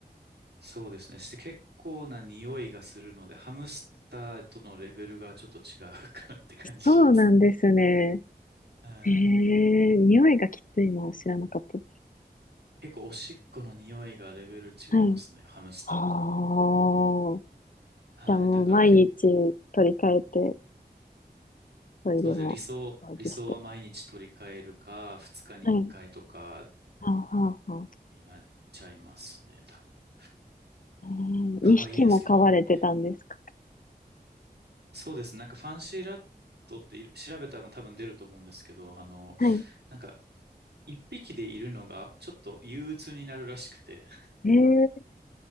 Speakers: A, on the right; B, on the left.
A: そうですね。して結構な匂いがするので、ハムスターとのレベルがちょっと違うかなって感じします。
B: そうなんですね。
A: はい。
B: ええ匂いがきついのを知らなかったです。
A: 結構おしっこの匂いがレベル違いますね、
B: はい。
A: ハムスターとは。
B: ああ。
A: はい。
B: じゃあもう毎日
A: だから結構、
B: 取り替えてトイレも掃除して。
A: そうですね、理想、理想は毎日取り替えるか、2日に1回とか
B: はい。はあ、はあ、は
A: になっちゃいますね、多分。
B: あ。えー、
A: 可愛いですけどね。
B: 2匹も飼われてたんですか。
A: そうですね、なんかファンシーラットってい調べたら多分出ると思うんですけど、あの、
B: はい。
A: なんか一匹でいるのがちょっと憂鬱になるらしくて、
B: えー、